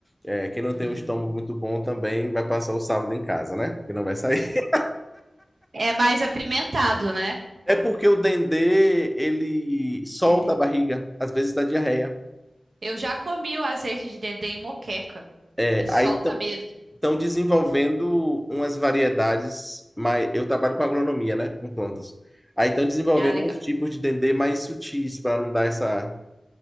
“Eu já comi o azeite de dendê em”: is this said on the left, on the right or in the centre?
Right